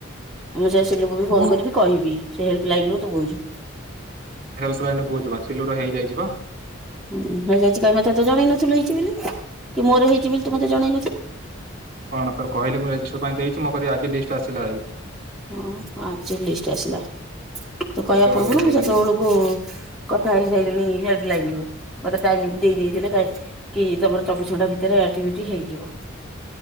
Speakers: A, in the centre; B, on the right (about 45°).
A: ମୁଁ ସେ ସିଲୁ କୁ ବି ଫୋନ
B: ମୁଁ
A: କରିବି। କହିବି ସେ ହେଲ୍ପ ଲାଇନ ରୁ ତୁ ବୁଝୁ।
B: ହେଲ୍ପ ଲାଇନ ବହୁ ଯିବା ସିଲୁର ହେଇଯାଇଚି ବା।
A: ହୁଁ ହେଇଯାଇଛି କାଇଁ ମତେ ତ ଜଣେଇ ନଥିଲୁ ହେଇଛି ବୋଲି, କି ମୋର ହେଇଛି ବୋଲି ତୁ ମତେ ଜଣେଇ ନଥିଲୁ?
B: କଣ ତ କହିଲେ ମୁଁରେଜିଷ୍ଟର୍ ପାଇଁ ଦେଇଛି ମୋ କତିକି ଆଜି ଲିଷ୍ଟ ଆସିଲା ଭାଇ।
A: ଓ ଆଜି ଲିଷ୍ଟ ଆସିଲା ତୁ କହିବା
B: କେତେବେଳେ
A: ପୂର୍ବରୁ
B: ଲିଷ୍ଟ ଦେଇଛନ୍ତି
A: ସେତେବେଳକୁ କଥା ହେଇସାଇଲିଣି ହେଲ୍ପ ଲାଇନକୁ ମତେ ଟାଇମ ଦେଇଦେଇଥିଲେ। କି ତମର ଚବିଶ ଘଣ୍ଟା ଭିତରେ ଆଟିଭିଟି ହେଇଯିବ।